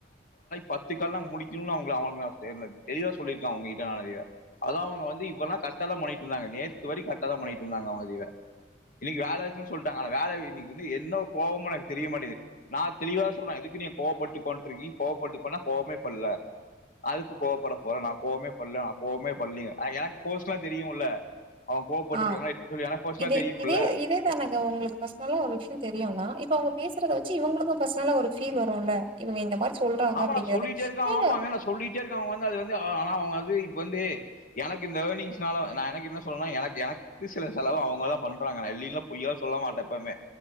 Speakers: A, on the left; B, on the right.
A: பத்துகால் முடிக்கனும். ன்னே அவகல அவங்களுக்கு தெளிவா சொல்யிருக்கே அதங்க தீவை அதாஅவங்க வந்து இவெல்லாம் கட்ட தான் பண்ணிட்டு இருந்தாங்க நேற்றுத்து வரை கட்ட தான் பண்ணிட்டு இருந்தாங்க அவங்க தீவ இன்னைக்கு வேலை இருக்குன்னு சொல்லிட்டாங்க ஆா வேலை இன்னைக்கு வந்து என்ன கோவமும் எனக்கு தெரிய மாட்டேது நான் தெளிவா தான் சொல்றேன் இதுக்கு நீ கோவப்பட்டு கொ இருக்கீங்க கோவப்பட்டுக்ண்டா கோபமே படல அதுக் கோவப்பட போ நா கோவமே பல்ல நான் கோவமே பல்ல எனக்கு போசலாம் தெரியும்ல அவங்க கோவப்பட்டிருக்காங்க
B: ஆ
A: சொல்லி எனக்கு பர்சனலா
B: இதே
A: தெரியும்ல
B: இதே இதேதானங்க உங்களுக்கு பர்சனலா ஒரு விஷயம் தெரியுனா இப்ப அவங்க பேசுற வி ச்சி இவங்கக்கும் பர்சனலா ஒரு பீல் வருல இவங்க இந்த மாரி சொல்றாங்க
A: ஆம்மா
B: அப்டிங்கிறது.
A: நான் சொல்லிடே இருக்கே
B: ஏங்க
A: ஆமாங்க நா சொல்லிட்டே யிருக்கே அவங்க வந்து அது வந்து ஆனா அவங்க வந்து இப்ப வந்து எனக்கு இந்த ஏர்னிங்ஸ்னால நா எனக்கு என்ன சொன்னனா எனக்கு எனக்கு சில செலவு அவங்க எல்லாம் பண்றாங்கா இல்லல்லாம் பொய்யாலும் சொல்ல மாட்டே எப்பமே